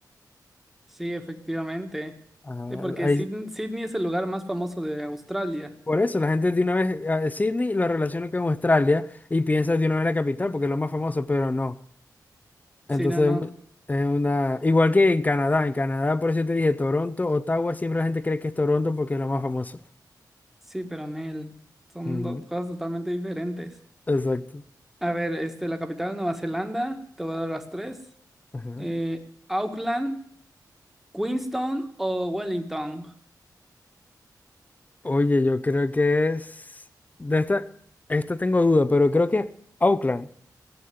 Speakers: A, in the centre; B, on the left.
A: Sí, efectivamente.
B: Ah,
A: Sí, porque
B: ahí-
A: Syd- Sydney es el lugar más famoso de Australia.
B: por eso la gente de una vez, a Sydney lo relaciona con Australia y piensa de una vez la capital, porque es lo más famoso, pero no. Entonces,
A: Sí, no, no.
B: es una... Igual que en Canadá, en Canadá, por eso te dije Toronto, Ottawa, siempre la gente cree que es Toronto porque es lo más famoso.
A: Sí, pero Nel. Son
B: Ujú,
A: dos cosas totalmente diferentes.
B: Exacto.
A: A ver, este, la capital de Nueva Zelanda, te voy a dar las tres.
B: Ajá.
A: Eh, Auckland, Queenstown o Wellington.
B: Oye, yo creo que es... De esta, esta tengo duda, pero creo que Auckland,